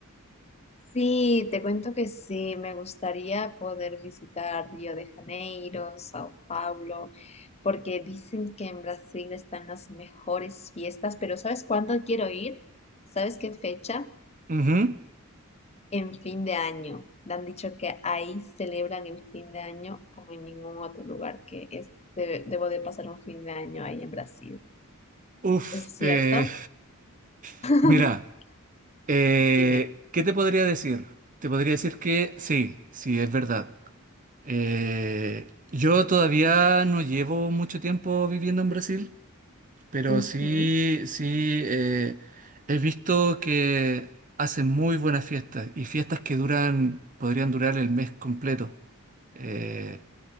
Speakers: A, on the left; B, on the right.
A: Sí, te cuento que sí, me gustaría poder visitar Río de Janeiro, Sao Paulo, porque dicen que en Brasil están las mejores fiestas, pero ¿sabes cuándo quiero ir? ¿Sabes qué fecha?
B: Ujú.
A: En fin de año. Me han dicho que ahí celebran el fin de año como en ningún otro lugar que es, de- debo de pasar un fin de año ahí en Brasil.
B: Uf,
A: ¿Es cierto?
B: eh,
A: <laughs>
B: <laughs> mira, eh,
A: Dime.
B: ¿qué te podría decir? Te podría decir que sí, sí, es verdad. Eh, yo todavía no llevo mucho tiempo viviendo en Brasil. Pero
A: Ujú,
B: sí, sí, eh, he visto que hacen muy buenas fiestas y fiestas que duran, podrían durar el mes completo. Eh,